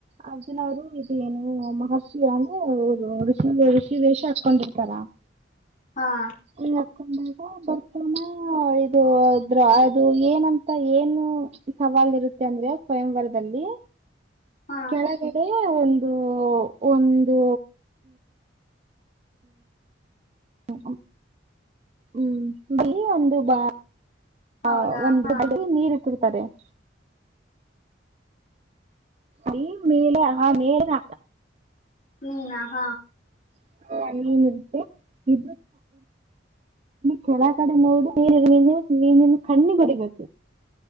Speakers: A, on the right; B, on the left.
A: ಅ ಅವರು ಏನು ಮಹರ್ಷಿ ಅಂದ್ರೆ ಋಷಿ ವೇಷ ಹಾಕೊಂಡಿರ್ತಾರ <inaudible>
B: ಹಾ ಹಂ
A: ಈ ಹಕೊಂಡಾಗ ಬರ್ತಾನ ಇದು <unintelligible> ಅದು ಏನಂತ ಮತ್ತ ಏನು ಸವಾಲ್ ಇರುತ್ತೆ ಅಂದ್ರೆ ಸ್ವಯಂವರದಲ್ಲಿ
B: ಹಾ
A: ಕೆಳಗಡೆ ಒಂದು ಒಂದು ಹ್ಮ ಹ್ಮ್ ಬಿಳಿ ಒಂದು ಬಾ
B: ಹೌದಾ
A: ಹಂ ಒಂದು
B: ಹಾ
A: ನೀರು <unintelligible> ನೀ ಮೇಲೆ ಹಾ ಮೇಲೆ
B: ಹ್ಮ್ ಅಹ
A: <unintelligible> ಇ ಕೆಳಗಡೆ ನೋಡು ನೀ ನೀನಿ ಕಣ್ಣಿಗ್ ಓಡಿಬೇಕು